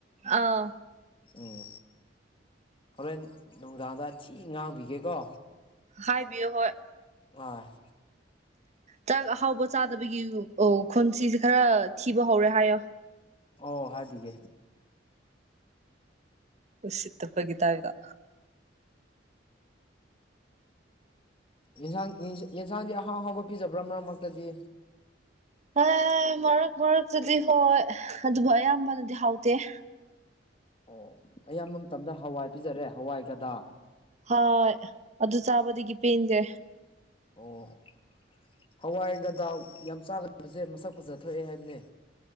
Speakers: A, on the right; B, on the left.
A: ꯑꯥ
B: ꯎꯝ ꯍꯣꯔꯦꯟ ꯅꯨꯡꯗꯥꯡꯗ ꯊꯤ ꯉꯥꯡꯕꯤꯒꯦꯀꯣ
A: ꯍꯥꯏꯕꯤꯌꯨ ꯍꯣꯏ
B: ꯑ
A: ꯆꯥꯛ ꯑꯍꯥꯎꯕ ꯆꯥꯗꯕꯒꯤ ꯑꯣ ꯈꯨꯟꯁꯤꯁꯦ ꯈꯔ ꯊꯤꯕ ꯍꯧꯔꯦ ꯍꯥꯏꯌꯣ
B: ꯑꯣ ꯍꯥꯏꯒ
A: ꯎꯁꯤꯠꯇ ꯒꯤꯇꯥ ꯏꯗ
B: ꯌꯦꯟꯁꯥꯡ ꯌꯦꯟꯁꯥꯡꯗꯤ ꯑꯍꯥꯎ ꯑꯍꯥꯎꯕ ꯄꯤꯖꯕ꯭ꯔꯥ ꯃꯔꯛ ꯃꯔꯛꯇꯗꯤ
A: ꯑꯦ ꯃꯔꯛ ꯃꯔꯛꯇꯗꯤ ꯍꯣꯏ ꯑꯗꯨꯕꯨ ꯑꯌꯥꯝꯕꯅꯗꯤ ꯍꯥꯎꯇꯦ
B: ꯑꯣ ꯑꯌꯥꯝꯕ ꯃꯇꯝꯗ ꯍꯋꯥꯏ ꯄꯤꯖꯔꯦ ꯍꯋꯥꯏꯒꯗꯥ
A: ꯍꯣꯏ ꯑꯗꯨ ꯆꯥꯕꯗꯒꯤ ꯄꯦꯟꯁꯦ
B: ꯑꯣ ꯍꯋꯥꯏꯒꯗꯥꯜ ꯌꯥꯝ ꯆꯥꯒꯗꯕꯁꯦ ꯃꯁꯛ ꯐꯖ ꯊꯣꯛꯑꯦ ꯍꯥꯏꯕꯅꯦ